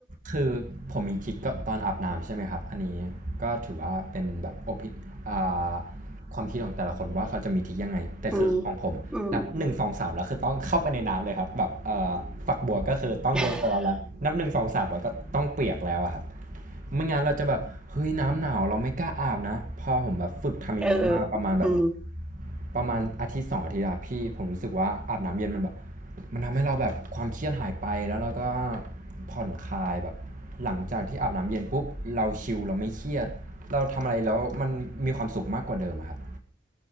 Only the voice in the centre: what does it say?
อืมอืม <laughs>
เอออืม